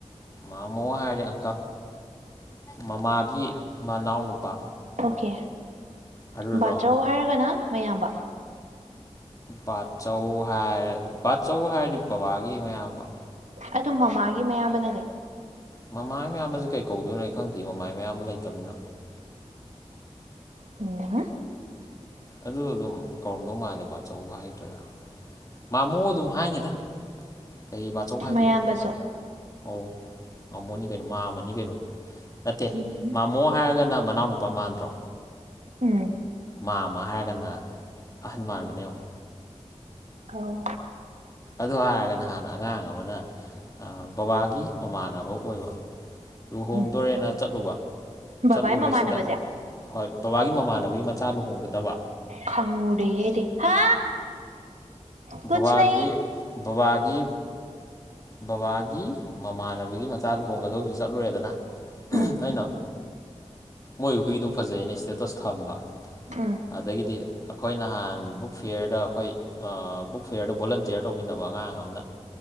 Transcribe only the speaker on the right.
ꯑꯣꯀꯦ
ꯕꯥꯆꯧ ꯍꯥꯏꯔꯒꯅ ꯃꯌꯥꯝꯕ
ꯑꯗꯨ ꯃꯃꯥꯒꯤ ꯃꯌꯥꯝꯕꯅ ꯀꯩ
ꯎꯝ ꯍꯥ
ꯃꯌꯥꯝꯕꯁꯨ
ꯎꯝ
ꯎꯝ
ꯑꯧ
ꯎꯝ
ꯕꯕꯥꯏ
ꯃꯃꯥꯟꯅꯕꯁꯦ
ꯈꯪꯉꯨꯔꯦ ꯑꯩꯗꯤ ꯍꯥ ꯀꯨꯆ
ꯅꯍꯤ
ꯎꯝ
ꯎꯝ